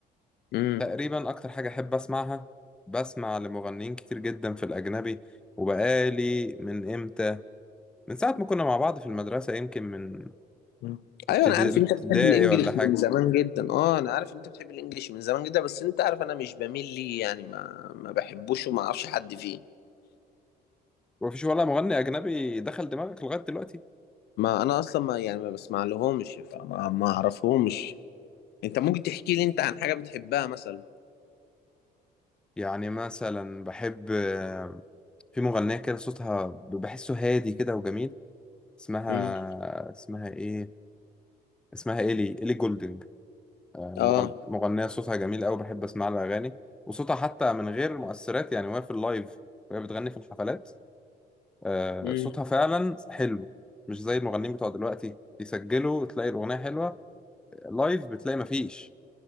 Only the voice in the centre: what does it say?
تقريبا أكتر حاجة أحب أسمعها بسمع لمغنيين كتير جدا في الأجنبي وبقالي من إمتى من ساعة ما كنا مع بعض في المدرسة يمكن من
ابتد-
ابتدائي
ولا حاجة
مفيش ولا مغني أجنبي دخل دماغك لغاية دلوقتي
يعني مثلا بحب آه، في مغنية كده صوتها بحسه هادي كده وجميل اسمها
اسمها إيه اسمها إيلي إيلي جولدنج مغن...
مغنية صوتها جميل قوي بحب اسمع لها اغاني وصوتها حتى من غير مؤثرات يعني وهي في اللايف وهي بتغني في الحفلات آه،
صوتها فعلا حلو مش زي المغنيين بتوع دلوقتي يسجلوا تلاقي الاغنية حلوة لايف بتلاقي مفيش